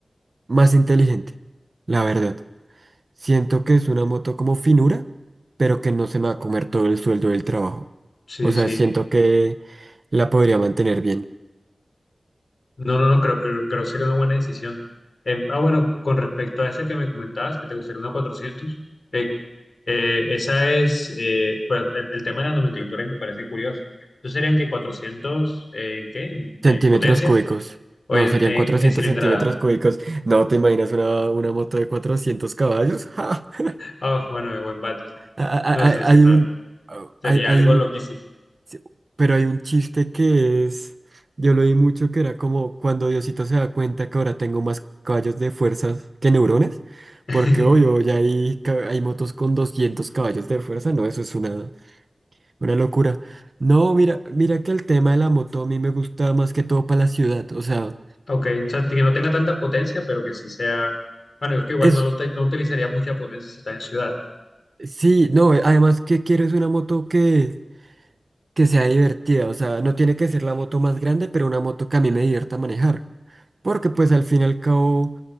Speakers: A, on the right; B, on the left.
A: más inteligente, la verdad. Siento que es una moto como finura, pero que no se me va a comer todo el sueldo del trabajo.
B: Sí,
A: O sea,
B: sí.
A: siento que la podría mantener bien.
B: No, no, no, creo que creo, que sería una buena decisión. Eh, ah, bueno, con respecto a esa que me comentabas, que te gustaría una 400 eh, eh, esa es, eh, bueno, el, el tema de la nomenclatura me parece curioso. ¿Entonces serían que 400 eh, ¿en qué? ¿En,
A: Centímetros
B: en potencia
A: cúbicos.
B: o
A: No,
B: en,
A: serían
B: en
A: 400
B: en cilindrada?
A: centímetros cúbicos. No, ¿te imaginas una, una moto de 400 caballos? <laughs> ¡Ja! ja.
B: Ah, bueno, de buen bate, sí.
A: A- a-
B: No, sí,
A: a-
B: sí,
A: Hay
B: no.
A: un,
B: Sería
A: hay, hay
B: algo
A: un
B: loquísimo.
A: Sí, Pero hay un chiste que es, yo lo vi mucho, que era como cuando Diosito se da cuenta que ahora tengo más caballos de fuerzas que neuronas,
B: <laughs>
A: porque obvio, ya hay, ca- hay motos con 200 caballos de fuerza, no, eso es una, una locura. No, mira, mira que el tema de la moto a mí me gusta más que todo para la ciudad, o sea,
B: Ok, o sea, que no tenga tanta potencia, pero que sí sea. Bueno, es que igual
A: es,
B: no, lo, ut- no utilizaría mucha potencia si está en ciudad.
A: sí, no, además que quiero es una moto que... que sea divertida, o sea, no tiene que ser la moto más grande, pero una moto que a mí me divierta manejar. Porque pues al fin y al cabo,